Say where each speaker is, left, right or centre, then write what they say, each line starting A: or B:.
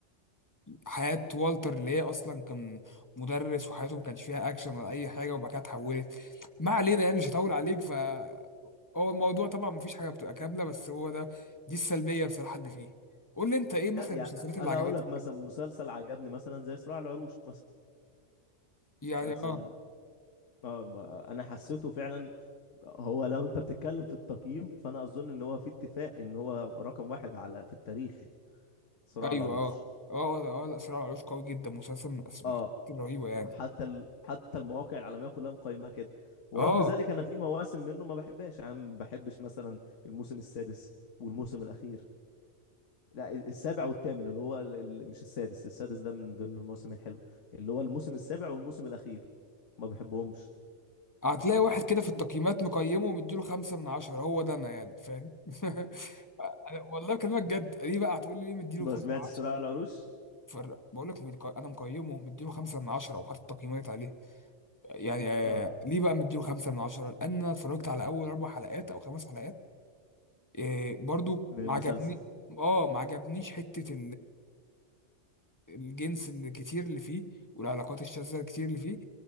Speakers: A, on the left (about 15°); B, on the left (about 85°).
A: حياة والتر اللي هي اصلا كان مدرس وحياته ما كانش فيها اكشن ولا اي حاجة وبعد كده اتحولت ما علينا يعني مش هطول عليك ف هو الموضوع طبعا مفيش حاجة بتبقى كاملة بس هو ده دي السلبية بصراحة اللي فيه قول لي انت ايه مثلا
B: لا يعني
A: المسلسلات اللي
B: انا
A: عجبتك
B: اقول لك مثلا مسلسل عجبني مثلا زي صراع العروش مثلا
A: يعني
B: مسلسل
A: اه
B: آه، ما- انا حسيته فعلا هو لو انت بتتكلم في التقييم فانا اظن ان هو في اتفاق ان هو رقم واحد على في التاريخ صراع
A: ايوه
B: العروش
A: اه اه اه آه، لا صراع العروش قوي جدا مسلسل من الأس- المسلسلات
B: اه
A: الرهيبه يعني
B: حتى ال... حتى المواقع العالميه كلها مقيمه كده ورغم
A: اه
B: ذلك انا في مواسم منه ما بحبهاش يعني ما بحبش مثلا الموسم السادس والموسم الاخير لا السابع والثامن اللي هو ال... ال- مش السادس السادس ده من ضمن المواسم الحلوه اللي هو الموسم السابع والموسم الاخير ما بحبهمش
A: هتلاقي واحد كده في التقييمات
B: <laughs>
A: مقيمه ومديله خمسة من عشرة هو ده انا يعني فاهم <laughs> أنا والله بكلمك جد ليه بقى هتقول لي ليه مديله
B: ما
A: خمسة
B: سمعتش
A: من عشرة
B: صراع العروش
A: فر... بقول لك مديك- انا مقيمه مديله خمسة من عشرة وحاطط تقييمات عليه يعني آه،
B: اه
A: ليه بقى مديله خمسة من عشرة لان انا اتفرجت على اول اربع حلقات او خمس حلقات آه، برضو
B: من
A: ما
B: المسلسل
A: عجبني اه ما عجبنيش حته الجنس الكتير اللي فيه والعلاقات الشاذة الكتير اللي فيه